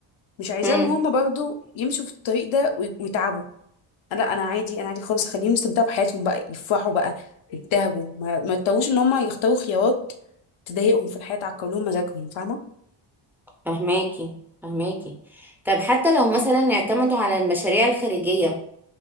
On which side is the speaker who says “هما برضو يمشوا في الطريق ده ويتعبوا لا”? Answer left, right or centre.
Left